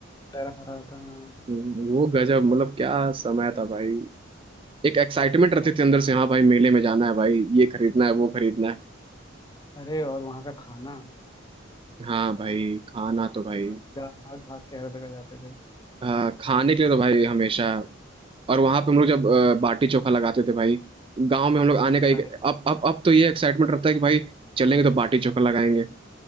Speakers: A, on the left (about 20°); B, on the right (about 25°).
A: डर आ रहा था हाँ
B: वो गजब मतलब क्या समय था भाई एक एक्साइटमेंट रहती
A: सच
B: थी अंदर से हाँ भाई मेले में जाना है भाई ये खरीदना है वो खरीदना है
A: अरे और वहाँ का खाना
B: हाँ भाई खाना तो भाई
A: जो जा भाग भाग के हर जगह जाते थे
B: हाँ, खाने के लिए तो भाई हमेशा और वहां पे हम लोग जब अ, बाटी चोखा लगाते थे भाई गांव में हम लोग आने का एक
A: अरे
B: अब अब अब तो ये एक्साइटमेंट रहता है कि भाई चलेंगे तो बाटी चोखा लगाएंगे